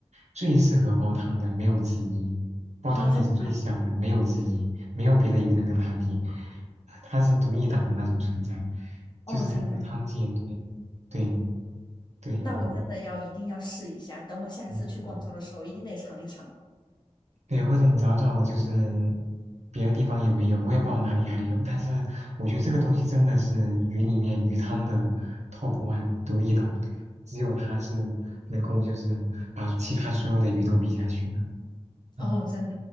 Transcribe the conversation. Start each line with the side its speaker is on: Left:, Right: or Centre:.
Right: 最适合煲汤的，没有之一。煲汤也是最香的，
Left: 哦，真的
Right: 没有之一，没有别的鱼能跟它比，它是独一档的那种存在，
Left: 啊哦，
Right: 就是在鱼汤界，
Left: 真的啊。
Right: 对对对，
Left: 那我真的要一定要试一下，
Right: 我
Left: 等我下次去广州的时候，
Right: 你对
Left: 一定得尝一尝。
Right: 对，或者你找找就是别的地方有没有，我也不知道哪里还有，但是我觉得这个东西真的是鱼里面鱼汤的 top one 独一档，只有它是能够就是把其他所有的鱼都比下去的。嗯，
Left: 哦，真的，